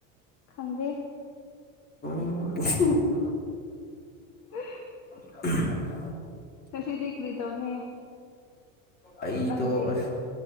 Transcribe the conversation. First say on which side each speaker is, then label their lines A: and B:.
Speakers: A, on the left (about 45°); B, on the left (about 25°).
A: ꯈꯪꯗꯦ
B: <inaudible>
A: <unintelligible>
B: <unintelligible>
A: ꯉꯁꯤꯗꯤ ꯀꯔꯤ ꯇꯧꯅꯤ
B: ꯑꯩꯗꯣ
A: ꯅꯪꯗꯤ
B: ꯑꯁ